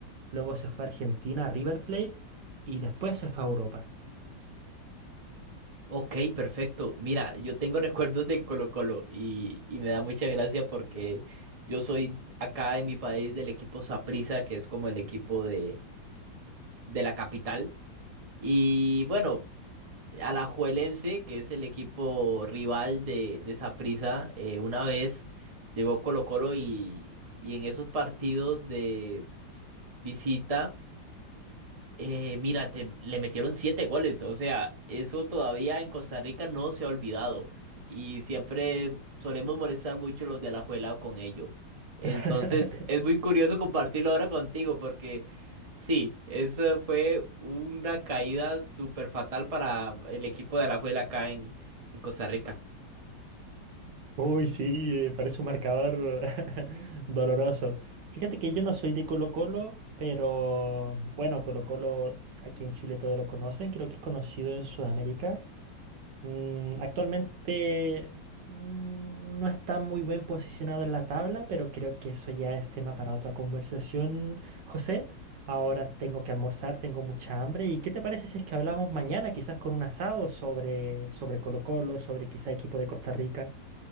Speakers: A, on the right; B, on the right.
A: Luego se fue a Argentina, a River Plate, y después se fue a Europa.
B: Ok, perfecto. Mira, yo tengo <laughs> recuerdos del Colo-Colo y, y me da mucha gracia porque yo soy acá en mi país del equipo Saprissa, que es como el equipo de de la capital. Y bueno, Alajuelense, que es el equipo rival de, de Saprissa, eh, una vez llegó Colo-Colo y, y en esos partidos de visita. Eh, mira, te- le metieron siete goles, o sea, eso todavía en Costa Rica no se ha olvidado y siempre solemos molestar mucho los de Alajuela con ello. Entonces,
A: <laughs>
B: es muy curioso compartirlo ahora contigo porque sí, eso fue una caída súper fatal para el equipo de Alajuela acá en, en Costa Rica.
A: Uy, sí, eh, parece un marcador <laughs> doloroso. Fíjate que yo no soy de Colo-Colo, pero bueno, Colo-Colo aquí en Chile todos lo conocen, creo que es conocido en Sudamérica. Mm, actualmente mm, no está muy bien posicionado en la tabla, pero creo que eso ya es tema para otra conversación, José. Ahora tengo que almorzar, tengo mucha hambre. ¿Y qué te parece si es que hablamos mañana, quizás con un asado sobre, sobre Colo-Colo, sobre quizá equipo de Costa Rica?